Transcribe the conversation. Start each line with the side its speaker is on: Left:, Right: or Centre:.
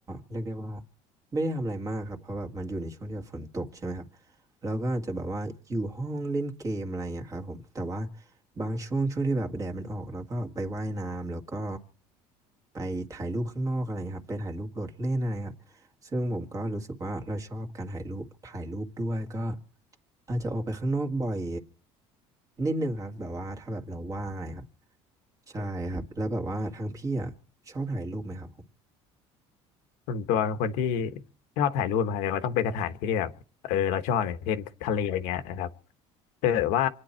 Right: เรียกได้ว่าไม่ได้ทำอะไรมากครับเพราะแบบมันอยู่ในช่วงที่แบบฝนตกใช่ไหมครับเราก็อาจจะแบบว่าอยู่ห้องเล่นเกมอะไรอย่างเงี้ยครับผมแต่ว่าบางช่วงช่วงที่แบบแดดมันออกเราก็ไปว่ายน้ำแล้วก็ไปถ่ายรูปข้างนอกอะไรเงี้ยครับไปถ่ายรูปรถเล่นอะไรครับซึ่งผมก็รู้สึกว่าเราชอบการถ่ายรูปถ่ายรูปด้วยก็อาจจะออกไปข้างนอกบ่อยนิดนึงครับแบบว่าถ้าแบบเราว่างอะไรครับ ใช่ครับแล้วแบบว่าทางพี่อ่ะชอบถ่ายรูปไหมครับผม
Left: ส่วนตัวเป็นคนที่ชอบถ่ายรูปมาเลยว่าต้องเป็นสถานที่ที่แบบเออเราชอบอย่างเช่นทะเลอย่างเงี้ยนะครับ เออว่า